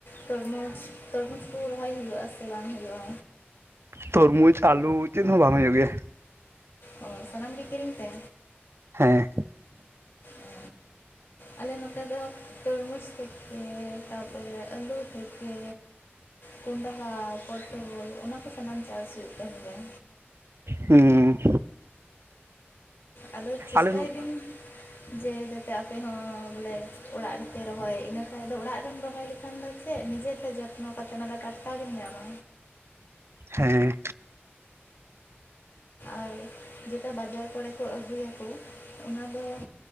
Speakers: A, on the left; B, on the right.
A: ᱛᱚᱨᱢᱩᱡᱽ ᱛᱚᱨᱢᱩᱡᱽ ᱠᱚ ᱨᱚᱦᱚᱭ ᱦᱩᱭᱩᱜᱼᱟ ᱥᱮ ᱵᱟᱝ ᱦᱩᱭᱩᱜᱼᱟ᱾
B: ᱛᱚᱨᱢᱩᱡᱽ ᱟᱞᱩ ᱪᱮᱫ ᱦᱚᱸ ᱵᱟᱝ ᱦᱩᱭᱩᱜ ᱜᱮᱭᱟ᱾
A: ᱚ ᱥᱟᱱᱟᱢ ᱜᱮ ᱠᱤᱨᱤᱧ ᱛᱮ,
B: ᱦᱮᱸ
A: ᱚ ᱟᱞᱮ ᱱᱚᱛᱮ ᱫᱚ ᱛᱚᱨᱢᱩᱡᱽ ᱛᱷᱮᱠᱮ ᱛᱟᱨᱯᱚᱨᱮ ᱟᱹᱞᱩ ᱛᱷᱮᱠᱮ ᱠᱚᱱᱰᱷᱟ, ᱯᱚᱴᱚᱞ, ᱚᱱᱟᱠᱚ ᱥᱟᱱᱟᱢ ᱪᱟᱥ ᱦᱩᱭᱩᱜ ᱠᱟᱱ ᱜᱮᱭᱟ᱾
B: ᱦᱩᱸ
A: ᱟᱫᱚ ᱪᱮᱥᱴᱟᱭᱵᱤᱱ᱾
B: ᱟᱞᱮ
A: ᱡᱮ ᱡᱟᱛᱮ ᱟᱯᱮ ᱦᱚᱸ ᱵᱚᱞᱮ ᱚᱲᱟᱜ ᱨᱮᱯᱮ ᱨᱚᱦᱚᱭ ᱤᱱᱟᱹ ᱠᱷᱟᱱ ᱫᱚ ᱚᱲᱟᱜ ᱨᱮᱢ ᱨᱚᱦᱚᱭ ᱞᱮᱠᱷᱟᱱ ᱫᱚ ᱥᱮ ᱱᱤᱡᱮ ᱯᱮ ᱡᱚᱛᱱᱚ ᱠᱟᱛᱮᱫ ᱚᱱᱟ ᱫᱚ ᱴᱟᱴᱠᱟᱜᱮᱢ ᱧᱟᱢᱟ᱾
B: ᱦᱮᱸ᱾
A: ᱟᱨ ᱡᱮᱴᱟ ᱵᱟᱡᱟᱨ ᱠᱚᱨᱮ ᱠᱚ ᱟᱹᱜᱩᱭᱟᱠᱚ ᱚᱱᱟ ᱫᱚ